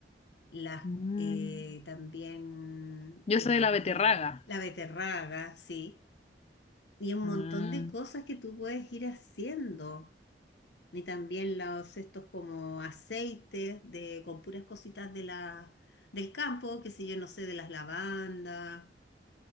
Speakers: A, on the left (about 75°); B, on the left (about 35°).
A: las,
B: mm.
A: eh, también
B: Yo
A: la,
B: soy de la beterraga.
A: la beterraga, ¿sí? Y un
B: Mm.
A: montón de cosas que tú puedes ir haciendo. Y también los estos como aceites de, con puras cositas de la, del campo, que sé yo, no sé, de las lavandas,